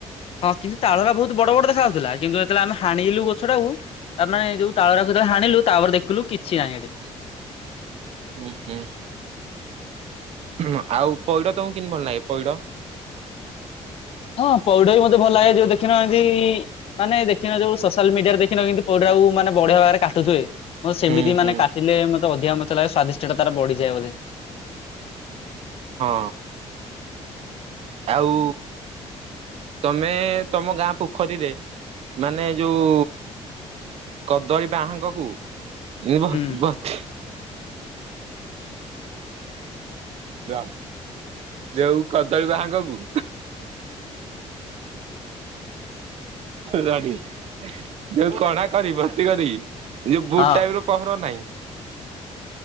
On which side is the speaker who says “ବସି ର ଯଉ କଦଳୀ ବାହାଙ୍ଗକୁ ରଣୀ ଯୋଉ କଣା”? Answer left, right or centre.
Right